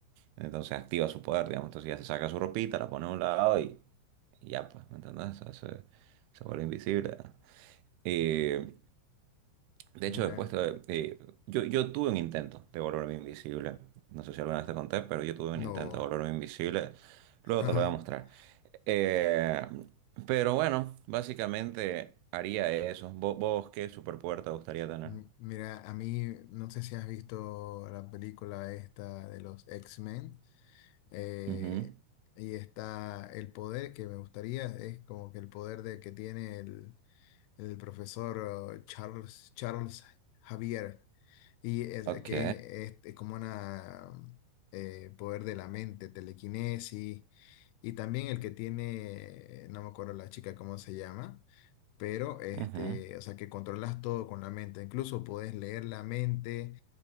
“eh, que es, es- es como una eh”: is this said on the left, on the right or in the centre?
Left